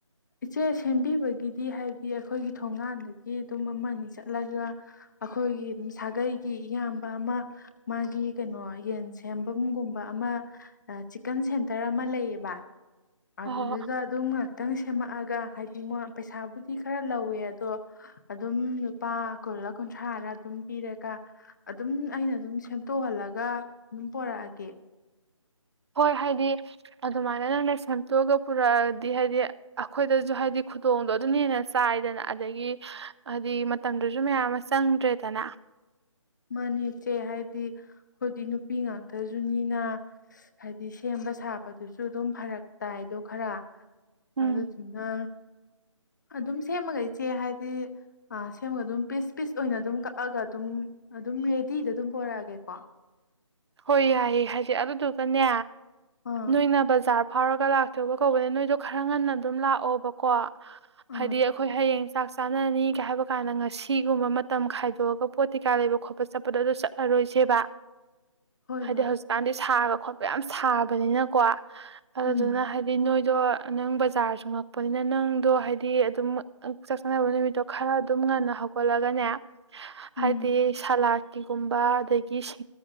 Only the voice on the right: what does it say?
ꯍꯣꯏ ꯍꯣꯏ
ꯍꯣꯏ ꯍꯥꯏꯗꯤ ꯑꯗꯨꯃꯥꯏꯅ ꯅꯪꯅ ꯁꯦꯝꯇꯣꯛꯑꯒ ꯄꯨꯔꯛꯑꯗꯤ ꯍꯥꯏꯗꯤ ꯑꯩꯈꯣꯏꯗꯁꯨ ꯍꯥꯏꯗꯤ ꯈꯨꯗꯣꯡꯗꯣ ꯑꯗꯨꯝ ꯍꯦꯟꯅ ꯆꯥꯏꯗꯅ ꯑꯗꯒꯤ ꯍꯥꯏꯗꯤ ꯃꯇꯝꯗꯨꯁꯨ ꯃꯌꯥꯝ ꯑꯃ ꯆꯪꯗ꯭ꯔꯦꯗꯅ
ꯎꯝ
ꯍꯣꯏ ꯌꯥꯏꯌꯦ ꯍꯥꯏꯗꯤꯦ ꯑꯗꯨꯗꯨꯒꯅꯦ
ꯅꯣꯏꯅ ꯕꯖꯔ ꯐꯥꯎꯔꯒ ꯂꯥꯛꯆꯒ ꯀꯧꯕꯅꯦ ꯅꯣꯏꯗꯣ ꯈꯔ ꯉꯟꯅ ꯑꯗꯨꯝ ꯂꯥꯛꯑꯣꯕꯀꯣ
ꯍꯥꯏꯗꯤ ꯑꯩꯈꯣꯏ ꯍꯌꯦꯡ ꯆꯥꯛ ꯆꯥꯅꯔꯅꯤꯒ ꯍꯥꯏꯕ ꯀꯥꯟꯗ ꯉꯁꯤꯒꯨꯝꯕ ꯃꯇꯝ ꯈꯥꯏꯗꯣꯛꯑꯒ ꯄꯣꯠ ꯀꯩꯀꯥ ꯂꯩꯕ ꯈꯣꯠꯄ ꯆꯠꯄꯗꯣ ꯑꯗꯨ ꯆꯠꯂꯔꯣꯏꯁꯦꯕ
ꯍꯥꯏꯗꯤ
ꯍꯧꯖꯤꯛꯀꯥꯟꯗꯤ ꯁꯥꯒ ꯈꯣꯠꯄ ꯌꯥꯝ ꯁꯥꯕꯅꯤꯅꯀꯣ ꯑꯗꯨꯗꯨꯅ
ꯍꯥꯏꯗꯤ ꯅꯣꯏ ꯑꯗꯣ ꯅꯪ ꯕꯖꯥꯔꯁꯨ ꯉꯛꯄꯅꯤꯅ ꯅꯪꯗꯣ ꯍꯥꯏꯗꯤ ꯑꯗꯨꯝ ꯆꯥꯛ ꯆꯥꯅꯕ ꯅꯨꯃꯤꯠꯇꯣ ꯈꯔ ꯑꯗꯨꯝ ꯉꯟꯅ ꯍꯧꯒꯠꯂꯒꯅꯦ ꯍꯥꯏꯗꯤ
ꯁꯂꯥꯠ ꯇꯤꯒꯨꯝꯕ ꯑꯗꯒꯤ ꯁꯤ